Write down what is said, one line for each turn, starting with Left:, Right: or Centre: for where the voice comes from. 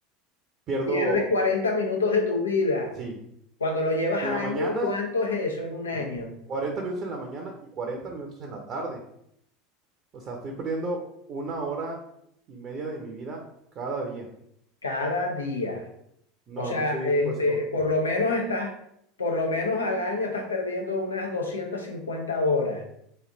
Right: pierdo,
Left: Pierdes 40 minutos de tu vida.
Right: sí.
Left: Cuando lo llevas
Right: En
Left: a
Right: la mañana,
Left: año, ¿cuánto es eso en un año?
Right: sí. 40 minutos en la mañana y 40 minutos en la tarde. O sea, estoy perdiendo una hora y media de mi vida cada día.
Left: Cada día.
Right: No,
Left: O sea,
Right: no estoy
Left: este,
Right: dispuesto.
Left: por lo menos estás, por lo menos al año estás perdiendo unas 250 horas